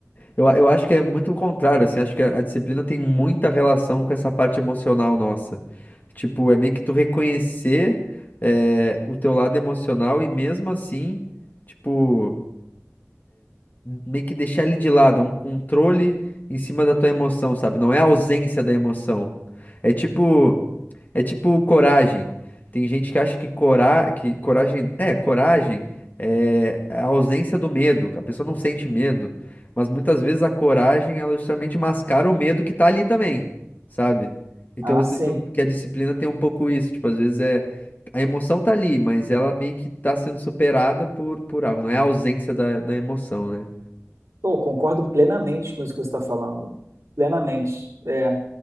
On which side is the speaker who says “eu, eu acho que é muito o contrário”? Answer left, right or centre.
Left